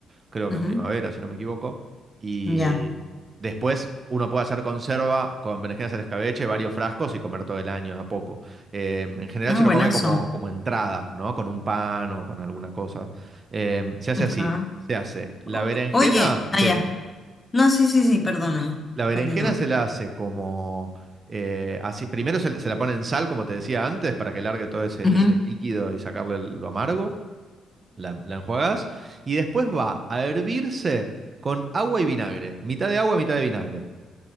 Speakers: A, on the right; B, on the left.
A: creo
B: Ujú.
A: que en primavera, si no me equivoco. Y
B: Ya.
A: después uno puede hacer conserva con berenjenas al escabeche, varios frascos y comer todo el año de a poco. Eh, en general
B: Ah,
A: se lo
B: buenazo.
A: come como, como entrada, ¿no? Con un pan o con alguna cosa. Eh, se hace
B: Ajá.
A: así, se hace. La
B: O-
A: berenjena,
B: oye,
A: sí.
B: allá. No, sí, sí, sí, perdóname.
A: La berenjena
B: Continúa.
A: se la hace como... eh, así, primero se, se la pone en sal, como te decía antes, para que largue todo ese,
B: Ujú,
A: ese líquido y sacarle el- lo amargo la, la enjuagás y después va a hervirse con agua y vinagre, mitad de agua, mitad de vinagre,